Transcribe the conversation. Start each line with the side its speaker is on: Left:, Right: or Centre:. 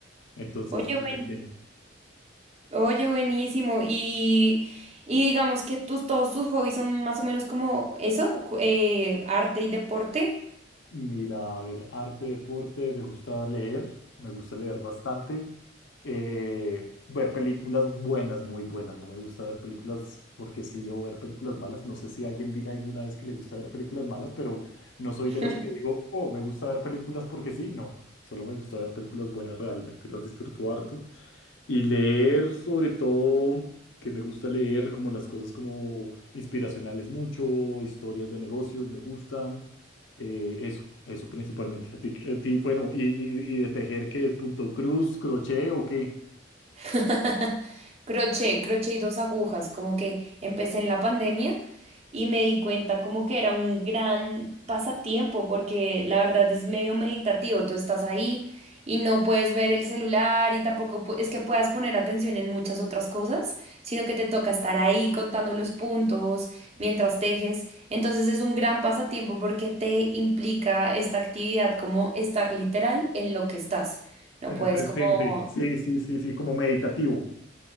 Left: Entonces,
Right: Oye,
Left: desde
Right: buen,
Left: pequeño.
Right: oye, buenísimo. Y, y digamos que tus, todos tus hobbies son más o menos como eso, cu- eh, arte y deporte.
Left: Mira, a ver, arte, deporte, me gusta leer, me gusta leer bastante. Eh, ver películas buenas, muy buenas. No me gusta ver películas porque sí o ver películas malas. No sé si alguien diga alguna vez que le gusta ver películas malas, pero no soy
Right: <laughs>
Left: de los que digo, oh, me gusta ver películas porque sí. No, solo me gusta ver películas buenas realmente, las disfruto harto. Y leer sobre todo, que me gusta leer como las cosas como inspiracionales mucho, historias de negocios me gustan, eh, eso, eso principalmente. A ti, a ti, bueno, y, y- y de tejer, ¿qué? ¿Punto cruz, crochet o qué?
Right: <laughs> Crochet, crochet y dos agujas, como que empecé en la pandemia y me di cuenta como que era un gran pasatiempo porque la verdad es medio meditativo, tú estás ahí y no puedes ver el celular y tampoco pu- es que puedas poner atención en muchas otras cosas, sino que te toca estar ahí contando los puntos mientras tejes. Entonces es un gran pasatiempo porque te implica esta actividad como estar literal en lo que estás. No
Left: En
Right: puedes
Left: el presente.
Right: como
Left: Sí, sí, sí, sí, como meditativo.